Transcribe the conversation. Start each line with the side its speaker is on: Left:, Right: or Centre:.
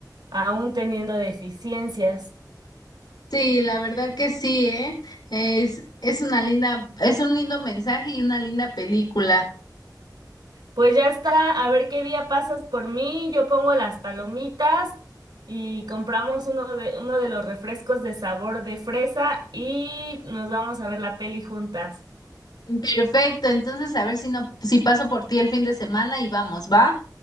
Right: aún teniendo deficiencias.
Left: Sí, la verdad que sí, ¿eh? Es, es una linda, es un lindo mensaje y una linda película.
Right: Pues ya está, a ver qué día pasas por mí, yo pongo las palomitas y compramos uno de, uno de los refrescos de sabor de fresa y nos vamos a ver la peli juntas.
Left: Perfecto, entonces a ver si no, si paso por ti el fin de semana y vamos, ¿va?